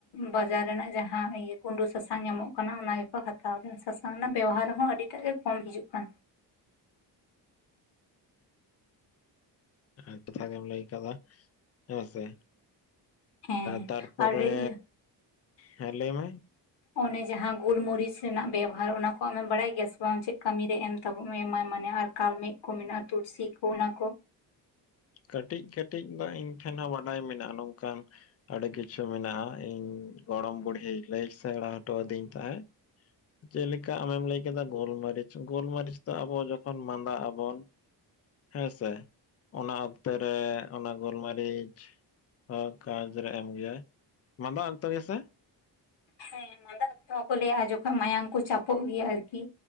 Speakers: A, on the left (about 70°); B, on the left (about 35°).
A: ᱵᱟᱡᱟᱨ ᱨᱮᱱᱟᱜ ᱡᱟᱦᱟᱸ ᱤᱭᱟᱹ ᱜᱩᱸᱰᱟᱹ ᱥᱟᱥᱟᱝ ᱧᱟᱢᱚᱜ ᱚᱱᱟ ᱜᱮᱠᱚ ᱦᱟᱛᱟᱣᱮᱜᱼᱟ ᱥᱟᱥᱟᱝ ᱨᱮᱱᱟᱜ ᱵᱮᱣᱦᱟᱨ ᱦᱚᱸ ᱟᱹᱰᱤᱴᱟᱜ ᱜᱮ ᱠᱚᱢ ᱦᱤᱡᱩᱜ ᱠᱟᱱᱟ
B: <unintelligible> ᱠᱟᱛᱷᱟ ᱜᱮᱢ ᱞᱟᱹᱭ ᱠᱟᱫᱟ ᱦᱮᱸ ᱥᱮ
A: ᱦᱮᱸ
B: ᱛᱟᱨᱯᱚᱨᱮ
A: ᱟᱨ ᱤᱭᱟᱹ
B: ᱦᱮᱸ ᱞᱟᱹᱭ ᱢᱮ
A: ᱚᱱᱮ ᱡᱟᱦᱟᱸ ᱜᱩᱞᱢᱚᱨᱤᱪ ᱨᱮᱱᱟᱜ ᱵᱮᱵᱚᱦᱟᱨ ᱚᱱᱟ ᱠᱚ ᱟᱢᱮᱢ ᱵᱟᱲᱟᱭ ᱜᱮᱭᱟ ᱥᱮ ᱵᱟᱝ ᱪᱮᱫ ᱠᱟᱹᱢᱤ ᱨᱮ ᱮᱢ ᱛᱟᱵᱚᱱ ᱮᱢᱟᱭ ᱢᱟᱱᱮ ᱟᱨ ᱠᱟᱞᱢᱮᱜᱽ ᱠᱚ ᱢᱮᱱᱟᱜᱼᱟ ᱛᱩᱞᱥᱤ ᱠᱚ ᱚᱱᱟ ᱠᱚ
B: ᱠᱟᱹᱴᱤᱡ ᱠᱟᱹᱴᱤᱡ ᱫᱚ ᱤᱧ ᱴᱷᱮᱱ ᱦᱚᱸ ᱵᱟᱰᱟᱭ ᱢᱮᱱᱟᱜᱼᱟ ᱱᱚᱝᱠᱟ ᱟᱹᱰᱤ ᱠᱤᱪᱷᱩ ᱢᱮᱱᱟᱜᱼᱟ ᱤᱧ ᱜᱚᱲᱚᱢ ᱵᱩᱲᱦᱤ ᱞᱟᱹᱭ ᱥᱮᱬᱟ ᱦᱚᱴᱚᱣᱟᱫᱤᱧ ᱛᱟᱦᱮᱸᱫ ᱪᱮᱫ ᱞᱮᱠᱟ ᱟᱢᱮᱢ ᱞᱟᱹᱭ ᱠᱮᱫᱟ ᱜᱳᱞᱢᱟᱹᱨᱤᱪ ᱜᱳᱞᱢᱟᱹᱨᱤᱪ ᱫᱚ ᱟᱵᱚ ᱡᱚᱠᱷᱚᱱ ᱢᱟᱸᱫᱟᱜ ᱟᱵᱚᱱ ᱦᱮᱸᱥᱮ ᱚᱱᱟ ᱚᱠᱛᱮ ᱨᱮ ᱚᱱᱟ ᱜᱳᱞᱢᱟᱹᱨᱤᱪ ᱦᱮᱸ ᱠᱟᱡᱽ ᱨᱮ ᱮᱢ ᱜᱮᱭᱟᱭ ᱢᱟᱫᱟ ᱚᱠᱛᱚ ᱜᱮ ᱥᱮ
A: ᱦᱮᱸ ᱢᱟᱸᱫᱟ ᱦᱚᱸᱠᱚ ᱞᱟᱹᱭᱟ ᱡᱚᱠᱷᱚᱱ ᱢᱟᱭᱟᱝ ᱠᱚ ᱪᱟᱯᱚᱜ ᱜᱮᱭᱟ ᱟᱨᱠᱤ